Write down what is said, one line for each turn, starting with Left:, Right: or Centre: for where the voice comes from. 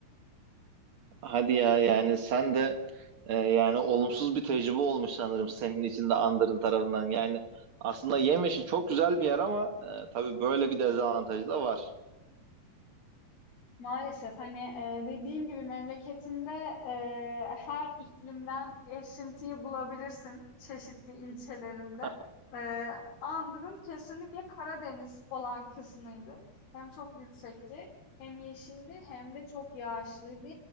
Right: Hadi ya yani sen de e, yani olumsuz bir tecrübe olmuş sanırım senin için de Andır'ın tarafından. Yani aslında yem işi çok güzel bir yer ama e, tabii böyle bir dezavantajı da var.
Left: Maalesef, hani, eee, dediğin gibi memleketinde, eee, her iklimden esintiyi bulabilirsin çeşitli ilçelerinde.
Right: <laughs>
Left: Eee, andığım kesinlikle Karadeniz olan kısmıydı. Hem çok yüksekti hem yeşildi hem de çok yağışlıydı.